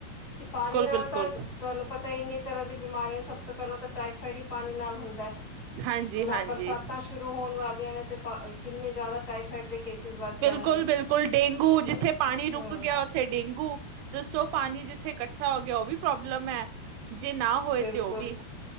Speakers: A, on the left (about 50°); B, on the right (about 85°).
A: ਤੇ ਪਾਣੀ ਨਾਲ
B: ਬਿਲਕੁਲ।
A: ਤਾਂ ਤੁਹਾਨੂੰ ਪਤਾ ਇਨੀ ਤਰ੍ਹਾਂ ਦੀ ਬਿਮਾਰੀਆਂ ਸਭ ਤੋਂ ਪਹਿਲਾਂ ਤਾਂ ਟਾਈਫਾਈਡ ਪਾਣੀ ਨਾਲ ਹੁੰਦਾ
B: ਹਾਂਜੀ,
A: ਹੁਣ
B: ਹਾਂਜੀ,
A: ਬਰਸਾਤਾਂ ਸ਼ੁਰੂ ਹੋਣ ਵਾਲ ਨੇ ਤੇ ਕਿੰਨੇ ਜ਼ਿਆਦਾ ਟਾਈਫਾਈਡ ਦੇ ਕੇਸਿਸ ਵੱਧ
B: ਬਿਲਕੁਲ,
A: ਜਾਣਗੇ
B: ਬਿਲਕੁਲ ਡੇਂਗੂ
A: ਕਿਂ
B: ਜਿੱਥੇ ਪਾਣੀ ਰੁਕ
A: ਹਮ
B: ਗਿਆ ਉੱਥੇ ਡੇਂਗੂ ਦੱਸੋ ਪਾਣੀ ਜਿੱਥੇ ਇਕੱਠਾ ਹੋ ਗਿਆ ਉਹ ਵੀ ਪ੍ਰੋਬਲਮ ਹੈ ਜੇ ਨਾ ਹੋਏ
A: ਬਿਲਕੁਲ
B: ਤੇ ਉਹ ਵੀ